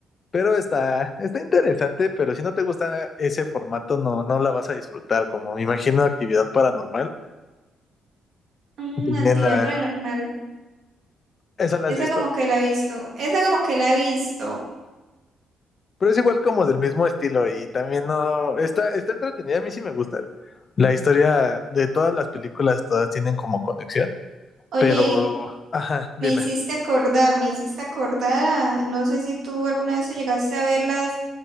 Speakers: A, on the left (about 40°); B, on the right (about 65°).
A: Pero está, está interesante, pero si no te gusta ese formato, no, no la vas a disfrutar, como me imagino actividad paranormal.
B: Mm,
A: También
B: actividad
A: la-
B: paranormal.
A: esa la
B: Esa
A: has visto.
B: como que la he visto. Esa como que la he visto.
A: Pero es igual como del mismo estilo y también no, está, está entretenida, a mí sí me gusta. La historia de todas las películas, todas tienen como conexión,
B: Oye,
A: pero, ajá, dime.
B: me hiciste acordar, me hiciste acordar a... No sé si tú alguna vez llegaste a ver las,